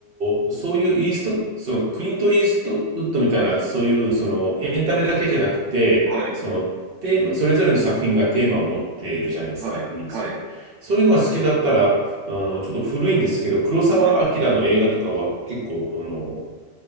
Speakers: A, on the right; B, on the right.
A: ーそういうイースト、そのクリント・イーストウッドみたいな、そういうそのエンタメだけじゃなくて、
B: はい、
A: そのテーマ、それぞれの作品がテーマを持っているじゃないですか、
B: はい、
A: イースト。
B: はい、
A: そういうのが好きだったら、あの、ちょっと古いんですけど、黒澤明の映画とかは結構、
B: はい。
A: あの、好